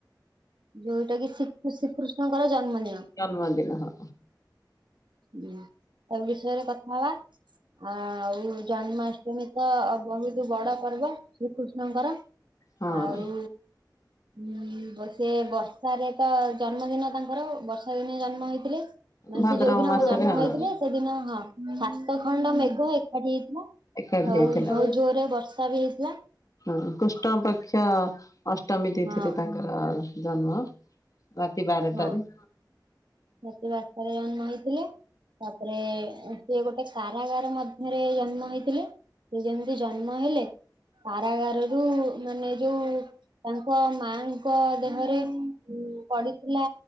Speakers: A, on the right; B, on the left.
A: ଯୋଉଟା କି ଶିକୁ ଶ୍ରୀକୃଷ୍ଣଙ୍କର ଜନ୍ମ ଦିନ।
B: ଜନ୍ମଦିନ ହଁ
A: ଉଁ ତା ବିଷୟରେ କତ୍ ହଁ ବା ଆ ଆଉ ଜନ୍ମାଷ୍ଟମୀ ତ ବହୁତ୍ ବଡ଼ ପର୍ବ ଶ୍ରୀକୃ କୃଷ୍ଣଙ୍କର
B: ହଁ।
A: ଆଉ ଉଁ ସେ ବର୍ଷାରେ ତ ଜନ୍ମଦିନ ତାଙ୍କର ବର୍ଷାଦିନେ ଜନ୍ମ ହେଇଥିଲେ। ମାନେ
B: ଭାଦ୍ରବ
A: ସେ ଯୋଉ ଦିନ
B: ମାସରେ
A: ଜନ୍ମ
B: ହଁ।
A: ହେଇଥିଲେ ସେ ଦିନ ହଁ ଶାତ ଖଣ୍ଡ ମେଘ ଏକାଠି ହେଇଥିଲା।
B: ଏକାଠି ହେଇଥିଲା
A: ଆଉ ବହୁତ ଜୋରରେ ବର୍ଷା ବି ହେଇଥିଲା
B: ହଁ କୁଷ୍ଟ ପକ୍ଷ ଅଷ୍ଟମୀ ତିଥିରେ
A: ହଁ
B: ତାଙ୍କର ଜନ୍ମ ରାତି ବାରଟାରେ।
A: ହଁ ରାତି ବାରଟା ଜନ୍ମ ହେଇଥିଲେ ତାପରେ ସିଏ ଗୋଟେ କାରାଗାର ମଧ୍ ରେ ଜନ୍ମ ହେଇଥିଲେ ସେ ଯେମିନ୍ତି ଜନ୍ମ ହେଲେ କାରାଗାରରୁ ମାନେ ଯୋଉ ତାଙ୍କ ମାଁଙ୍କ ଦେହରେ ପଡ଼ି ଥିଲା